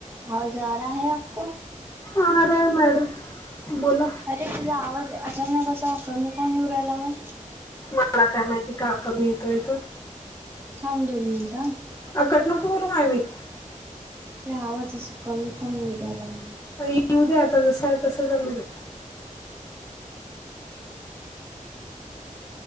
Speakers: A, on the right; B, on the left.
A: आवाज आ रहा है, आपको?
B: आ रहा है मॅडम, बोला.
A: अरे तुझा आवाज अचानक असा कमी काऊण येऊ राहीला मग?
B: मला काय माहिती? का कमी येतोय तो?
A: थांब दोन मिनटं, आ.
B: अ कट नको करू, माया बाई.
A: ते आवाज, असा कमी कमी येवू राहीलाय मग.
B: येऊ दे आता, जसं आहे तसं चालू दे.